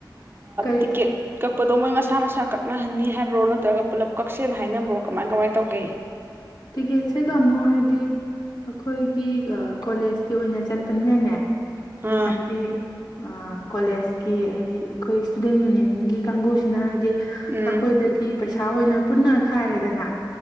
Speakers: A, on the left (about 60°); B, on the right (about 25°).
A: ꯀꯔꯤ
B: ꯇꯤꯀꯦꯠ ꯀꯛꯄꯗꯣ ꯃꯣꯏ ꯃꯁꯥ ꯃꯁꯥ ꯃꯁꯥ ꯀꯛꯅꯍꯟꯅꯤ ꯍꯥꯏꯕ꯭ꯔꯣ ꯅꯠꯇ꯭ꯔꯒ ꯄꯨꯂꯞ ꯀꯛꯁꯦꯅ ꯍꯥꯏꯅꯕ꯭ꯔꯣ ꯀꯃꯥꯏ ꯀꯃꯥꯏꯅ ꯇꯧꯒꯦ
A: ꯇꯤꯛꯀꯦꯠꯁꯤꯗ ꯑꯃꯨꯛ ꯍꯥꯏꯗꯤ ꯑꯩꯈꯣꯏꯒꯤ ꯀꯣꯂꯦꯖꯀꯤ ꯑꯣꯏꯅ ꯆꯠꯄꯅꯤꯅꯅꯦ
B: ꯑꯥ
A: ꯍꯥꯏꯗꯤ ꯑꯥ ꯀꯣꯂꯦꯖꯀꯤ ꯍꯥꯏꯗꯤ ꯑꯩꯈꯣꯏ ꯁ꯭ꯇꯨꯗꯦꯟ ꯌꯨꯅꯤꯌꯟꯒꯤ ꯀꯥꯡꯕꯨꯁꯤꯅ ꯍꯥꯏꯗꯤ
B: ꯎꯝ
A: ꯑꯩꯈꯣꯏꯗꯒꯤ ꯄꯩꯁꯥ ꯑꯣꯏꯅ ꯄꯨꯟꯅ ꯈꯥꯏꯔꯦꯗꯅ